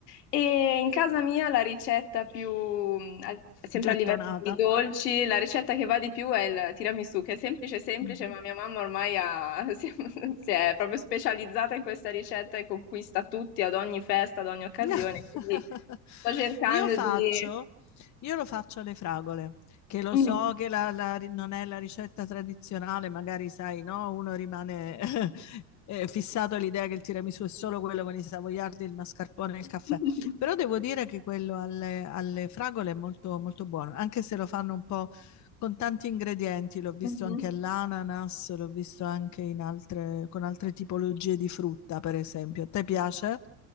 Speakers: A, on the left; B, on the left.
A: E in casa mia la ricetta più, mh, al- sempre
B: Gettonata.
A: a livello di dolci, la ricetta che va di più è il tiramisù, che è semplice, semplice,
B: Mhm.
A: ma mia mamma ormai ha- <laughs> si si è proprio specializzata in questa ricetta e conquista tutti ad ogni festa, ad ogni occasione.
B: <laughs>
A: Quindi sto cercando
B: Io faccio,
A: di...
B: io lo faccio alle fragole, che lo
A: Mm.
B: so che la- la ri- non è la ricetta tradizionale, magari sai, no? Uno rimane <laughs> eh, fissato all'idea che il tiramisù è solo quello con i savoiardi, il mascarpone e il
A: <laughs>
B: caffè. Però devo dire che quello alle, alle fragole è molto, molto buono, anche se lo fanno un po' con tanti ingredienti, l'ho visto
A: Mhm.
B: anche all'ananas, l'ho visto anche in altre- con altre tipologie di frutta, per esempio. A te piace?